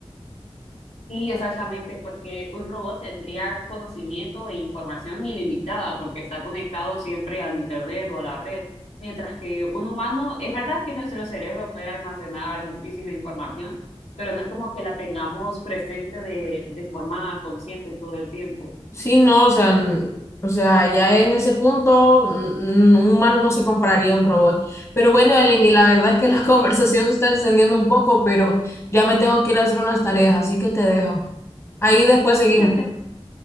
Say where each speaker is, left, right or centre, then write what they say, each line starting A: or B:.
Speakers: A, on the left; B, on the left.
A: Sí, exactamente, porque un robot tendría conocimiento e información ilimitada porque está conectado siempre al internet o a la red, mientras que un humano, es verdad que nuestro cerebro puede almacenar muchísima información, pero no es como que la tengamos presente de, de forma consciente todo el tiempo.
B: Sí, no, o sea, n- o sea, ya en ese punto, n- n- un humano no se compraría un robot. Pero bueno, Eleni, la verdad es que la <laughs> conversación se está extendiendo un poco, pero ya me tengo que ir a hacer unas tareas, así que te dejo. Ahí después seguimos.
A: Sí, no te